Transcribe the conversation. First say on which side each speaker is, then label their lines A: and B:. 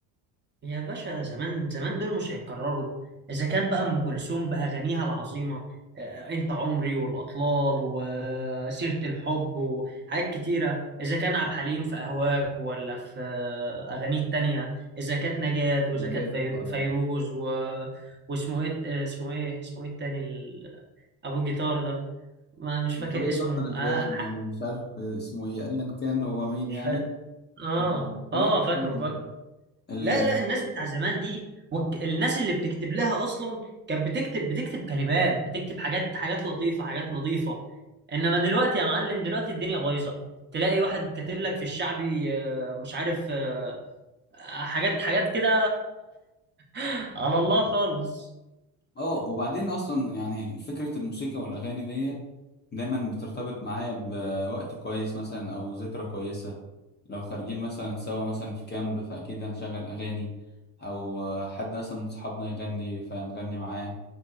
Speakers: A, on the right; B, on the left.
A: يا باشا زمان زمان دول مش هيتكرروا إذا كان بقى أم كلثوم بأغانيها العظيمة آه، أنت عمري والأطلال وسيرة الحب وحاجات كتيرة إذا كان عبد الحليم في أهواك ولا في آه، أغانيه التانية إذا كانت نجاة وإذا
B: نبات
A: كانت فيرو-
B: طبعا
A: فيروز و... واسمه إيه آه، اسمه إيه اسمه إيه التاني ال- أبو الجيتار ده ما مش فاكر
B: فريد
A: اسمه
B: الأطرش باين
A: آه ح-
B: أو مش عارف اسمه إيه أيا كان هو مين
A: مش
B: يعني
A: فاكر آه
B: لكن بصراحة
A: آه فاكره
B: فعلاً ال
A: لا لا الناس بتاع زمان دي والك- الناس اللي بتكتب لها اصلا كانت بتكتب بتكتب كلمات بتكتب حاجات حاجات لطيفه حاجات نظيفه انما دلوقتي يا معلم دلوقتي الدنيا بايظه تلاقي واحد كاتب لك في الشعبي آه، مش عارف آه، حاجات حاجات كده <laughs> على الله خالص
B: آه وبعدين أصلا يعني فكرة الموسيقى والأغاني ديت دايما بترتبط معايا بوقت كويس مثلا أو ذكرى كويسة لو خارجين مثلا سوا مثلا في كامب فأكيد هنشغل أغاني أو حد مثلا من صحابنا يغني فهنغني معاه